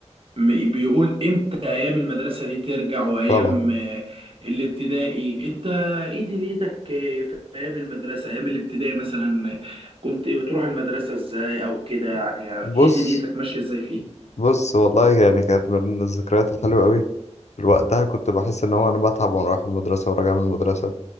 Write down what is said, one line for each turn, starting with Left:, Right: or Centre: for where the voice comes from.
Right: م- بيقول إمتى أيام المدرسة دي ترجع وأيام
Left: طبعا
Right: آه، الابتدائي أنت إيه دنيتك آه، في أيام المدرسة أيام الابتدائي مثلا كنت بتروح المدرسة إزاي أو كده يعني
Left: بص
Right: إيه دنيتك ماشية إزاي فيه؟
Left: بص والله يعني كانت من الذكريات الحلوة قوي وقتها كنت بحس ان هو انا بتعب وانا رايح المدرسة وراجع من المدرسة